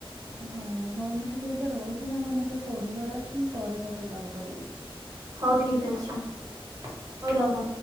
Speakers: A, on the right; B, on the right.
A: ହଁ ହଉ ମୁଁ ଟିକେ ଏବେ ରହୁଛି ତାଙ୍କ ମୁଁର ଟିକେ ପଢିବାର ଅଛି ମୁଁ ପରେ ତତେ କଲ୍ କରିବି।
B: ହଉ ଠିକ ଅଛି ହଉ ରହ।